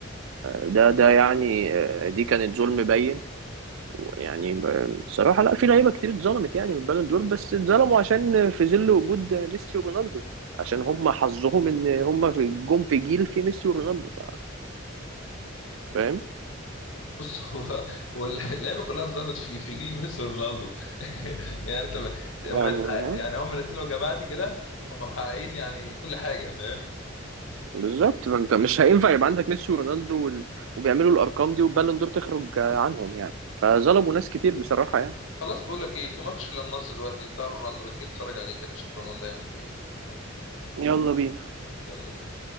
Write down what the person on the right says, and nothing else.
ده ده يعني آه، دي كانت ظلم باين ويعني آه، بصراحة لا في لعيبة كتير اتظلمت يعني من بالون دور بس اتظلموا عشان في ظل وجود ميسي ورونالدو يعني عشان هم حظهم ان هم في جم في جيل في ميسي ورونالدو ف- فاهم
يعني ها
بالظبط ما انت مش هينفع يبقى عندك ميسي ورونالدو وال... وبيعملوا الارقام دي والبالون دور تخرج آه، عنهم يعني فظلموا
ناس كتير بصراحة يعني
يلا بينا